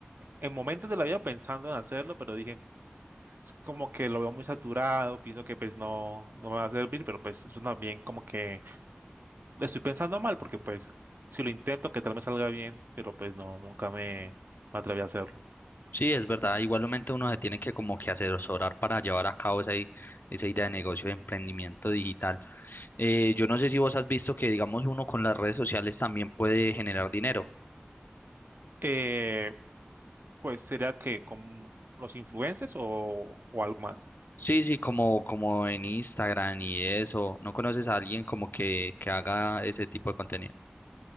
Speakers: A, on the right (about 60°); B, on the left (about 55°).
A: en momentos de la vida pensando en hacerlo, pero dije, es como que lo veo muy saturado, pienso que pues no, no me va a servir, pero pues es una bien como que lo estoy pensando mal, porque pues si lo intento, que tal me salga bien, pero pues no, nunca me, me atreví a hacerlo.
B: Sí, es verdad. Igualmente uno se tiene que como que asesorar para llevar a cabo esa, i- esa idea de negocio de emprendimiento digital. Eh, yo no sé si vos has visto que, digamos, uno con las redes sociales también puede generar dinero.
A: Eh, pues sería que con los influencers o, o algo más.
B: Sí, sí, como, como en Instagram y eso. ¿No conoces a alguien como que, que haga ese tipo de contenido?